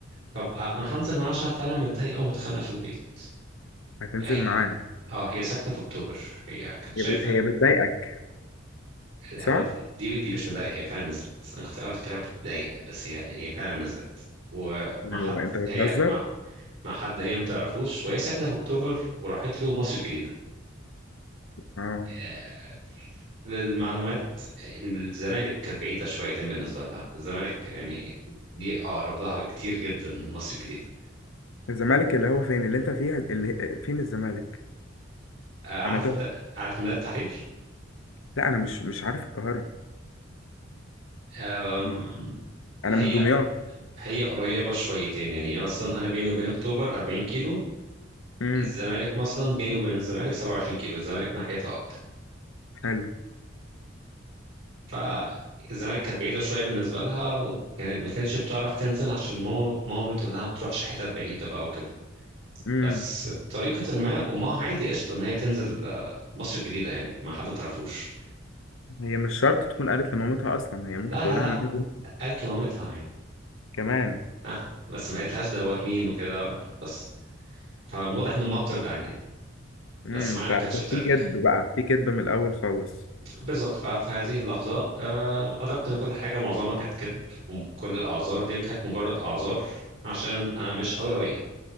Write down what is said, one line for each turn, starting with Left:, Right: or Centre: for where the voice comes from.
Right: طب آه، انا هنزل معاها عشان فعلا متضايقه ومتخانقه في البيت
Left: هتنزل
Right: هي-
Left: معايا
Right: اه هي ساكنه في اكتوبر هي كانت شايفه
Left: هي هي بتضايقك
Right: هو
Left: صح
Right: دي دي دي مش مضايقة هي فعلا نزلت انا كنت في الاول فاكرها بتضايق بس هي هي فعلا نزلت ومع
Left: لا
Right: حد
Left: لا لا انت بتهزر
Right: هي مع مع حد هي ما تعرفوش وهي ساكنة في اكتوبر وراحت له مصر الجديدة
Left: اه
Right: آه، للمعلومات الزمالك كانت بعيدة شويتين بالنسبة لها الزمالك يعني دي اقرب لها بكتير جدا من مصر الجديدة
Left: الزمالك اللي هو فين اللي انت فيها اللي فين الزمالك
Right: آه، عارف
Left: انا تهت
Right: مدى عارف مدى التحرير
Left: لا انا مش مش عارف القاهره
Right: أم،
Left: انا أنا
Right: هي
Left: من دمياط
Right: هي قريبة شويتين يعني مثلا أنا بيني وبين أكتوبر 40 كيلو
Left: امم
Right: الزمالك مثلا بيني وبين الزمالك 27 كيلو الزمالك ناحيتها اكتر
Left: حلو
Right: فالزمالك كانت بعيده شويه بالنسبه لها وكانت ما كانتش بتعرف تنزل عشان ماما ماما بتقول لها ما تروحش حتت بعيده بقى وكده
Left: امم
Right: بس بطريقه ما امها عادي قشطه ان هي تنزل آه، مصر الجديده يعني مع حد ما تعرفوش
Left: هي مش شرط تكون قالت لمامتها اصلا هي ممكن
Right: لا
Left: تقولها
Right: لا لا
Left: انا نازل
Right: قالت لمامتها يعني
Left: كمان
Right: اه بس ما قالتلهاش دوت مين وكده بس فالواضح ان امها بترضى عادي يعني
Left: امم
Right: بس معايا
Left: ف-
Right: ما
Left: ففي
Right: كانتش بترضى
Left: كذب
Right: يعني.
Left: بقى في كذب من الاول خالص
Right: بالظبط ف- ففي هذه اللحظة آه، أدركت إن كل حاجة معظمها كانت كذب وكل الأعذار دي كانت مجرد أعذار عشان أنا مش أولوية